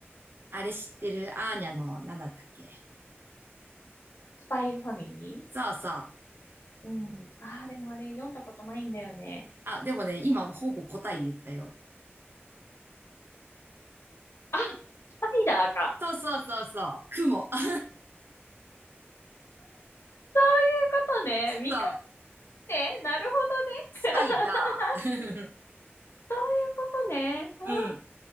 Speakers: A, on the right (about 55°); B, on the left (about 75°).
A: あれ知ってるアーニャの、なんだったっけ
B: スパイファミリ
A: そうそう。
B: ーうん。ああ、でもあれ読んだことないんだよね。
A: あ、でもね、今ほぼ答え言ったよ。
B: あ、スパイダーか。
A: そうそうそうそう。雲。<laughs>
B: そういうことね。味方
A: そう。
B: ね、なるほ
A: スパイダー。
B: どね。<laughs> そういうことね。はあ
A: <laughs> うん。